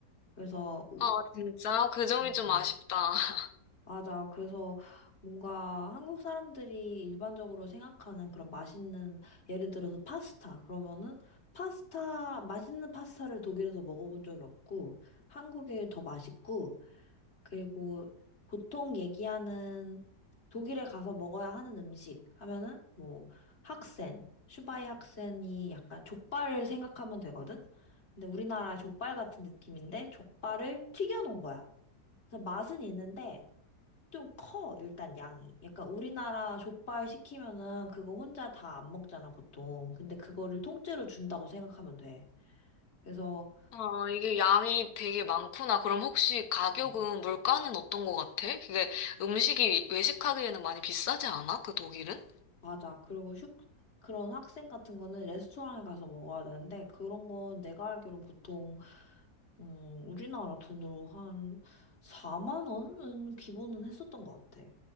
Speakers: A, on the left; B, on the left.
A: 그래서, 우-
B: 아, 진짜? 그 점이
A: 음,
B: 좀 아쉽다. <laughs>
A: 맞아. 그래서 뭔가 한국 사람들이 일반적으로 생각하는 그런 맛있는, 예를 들어서 파스타. 그러면은 파스타, 맛있는 파스타를 독일에서 먹어본 적이 없고, 한국에 더 맛있고, 그리고 보통 얘기하는 독일에 가서 먹어야 하는 음식 하면은 뭐 학센, 슈바이 학센이 약간 족발을 생각하면 되거든? 근데 우리나라 족발 같은 느낌인데 족발을 튀겨놓은 거야. 그래서 맛은 있는데 좀 커, 일단 양이. 약간 우리나라 족발 시키면은 그거 혼자 다 안 먹잖아, 보통. 근데 그거를 통째로 준다고 생각하면 돼. 그래서
B: 아, 이게 양이 되게 많구나. 그럼 혹시 가격은,
A: 음.
B: 물가는 어떤 것 같아? 그게 음식이 외식하기에는 많이 비싸지 않아? 그 독일은?
A: 맞아. 그리고 슈, 그런 학생 같은 거는 레스토랑에 가서 먹어야 되는데, 그런 건 내가 알기론 보통, 음, 우리나라 돈으로 한 4만 원은 기본은 했었던 것 같아.